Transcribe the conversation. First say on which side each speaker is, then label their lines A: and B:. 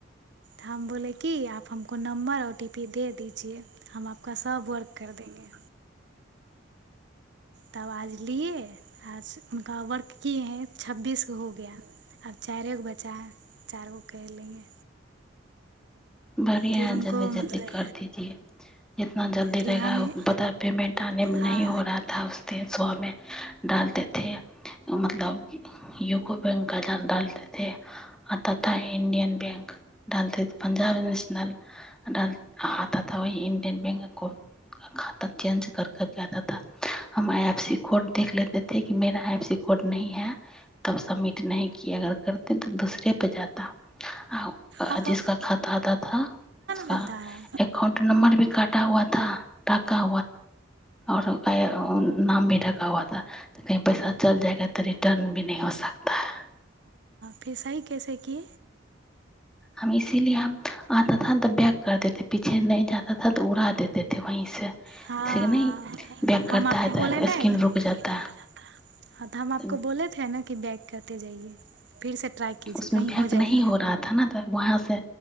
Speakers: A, on the right (about 60°); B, in the centre.
A: हम बोले की की आप हमको नंबर ओ टी पी दे दीजिए हम आपका सब वर्क कर देेंगे तब आज लियै आ हुनका वर्क की है छब्बीस गो हो गया आब चारिए गो बचा ह चारि गो कर लेंगे
B: बढ़िआ
A: फिर
B: ह
A: उनको
B: जल्दी
A: मतलब
B: जल्दी कर दीजिए जितना जल्दी
A: फिर
B: रहेगा
A: हमें
B: पता पेमेन्ट आनेमे नहि
A: हाँ
B: हो रहा था उस दिन स मे डालते मतलब यूको बैंक क डालते े अ तथा इं्डियन बैंक डालते पंजाब नेशनल खताथा वह इं्डियन बैंकक खाता चेंज कर करके आता ा हम आइ एफ सी कोड देख लेतेथे कि मेरा आइ एफ सी कोड न है तब समिट नहि कि अगर करते तऽ दूसरे पर जाता आ अ
A: आप
B: जसका खाता आताथा उक
A: होता है
B: एककाउंट नं्बर भी काटा हुआथा टाका और नाम भी ढका हुआ ा कही पैसा चल जाएगा तऽ रिटर्न भी न हो सकता है
A: फिसही कैसे की
B: हम इसीलिए हम आता थ तऽ बैक कर देेते पीछे नहि जाा ा तऽ उड़ा देतेथे वहीं से जैसे
A: हँ
B: कि नहीं बैक
A: हम
B: करता
A: आपको
B: है
A: बोले
B: तो
A: ने
B: स्क्रीन
A: तऽ
B: रुक जाता
A: हमपको
B: है
A: बोलेथे ने बैग करे जाइए फिर से ट्राई कीजिए
B: उसमे
A: कहीं
B: भक
A: हो जाएगा
B: नी हो रहा थ न तऽ वहाँ से